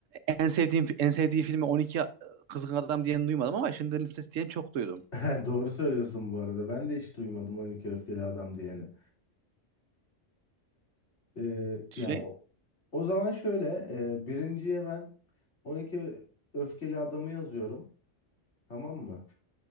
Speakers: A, on the right; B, on the left.
A: en sevdiğim en sevdiği filmi 12 Kızgın Adam diyen duymadım ama Schindler'ın listesi diyen çok duydum.
B: <laughs> Doğru söylüyorsun bu arada. Ben de hiç duymadım 12 Öfkeli Adam diye. Ee,
A: Şey
B: yani o, o zaman şöyle e, birinciye ben 12 öfkeli adamı yazıyorum. Tamam mı?